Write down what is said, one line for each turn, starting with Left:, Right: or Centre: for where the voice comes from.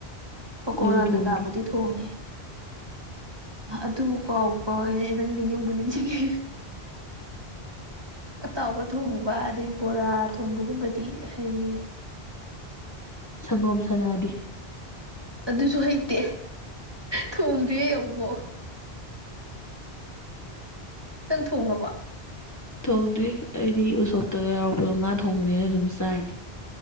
Right: ꯄꯀꯣꯔꯥ
Left: ꯑꯩꯁꯨ ꯊꯣꯡꯗ꯭ꯔꯤ
Right: ꯀꯩꯀꯥꯕꯨꯗꯤ ꯊꯣꯡꯉꯦ ꯑꯗꯨꯕꯨ ꯀꯥꯎꯕꯨ ꯀꯥꯎꯔꯦ ꯅꯪꯗꯤ ꯅꯤꯡꯕꯨ ꯅꯤꯡꯁꯤꯡꯉꯤ ꯑꯇꯥꯎꯕ ꯊꯣꯡꯕ ꯑꯗꯩ ꯕꯣꯔꯥ ꯊꯣꯡꯕꯒꯨꯝꯕꯗꯤ ꯍꯩꯌꯦ
Left: ꯁꯪꯒꯣꯝ ꯁꯅꯥꯗꯤ
Right: ꯑꯗꯨꯁꯨ ꯍꯩꯇꯦ ꯊꯣꯡꯗ꯭ꯔꯤꯌꯦ ꯑꯃꯨꯛ ꯐꯧ ꯅꯪ ꯊꯣꯡꯉꯕꯣ
Left: ꯊꯣꯡꯗ꯭ꯔꯤ ꯑꯩꯗꯤ ꯎꯁꯣꯞꯇꯒ ꯌꯥꯎꯔꯛꯄꯗꯣ ꯉꯥ ꯊꯣꯡꯕꯅꯦꯅ ꯑꯗꯨꯝ ꯆꯥꯏꯅꯤ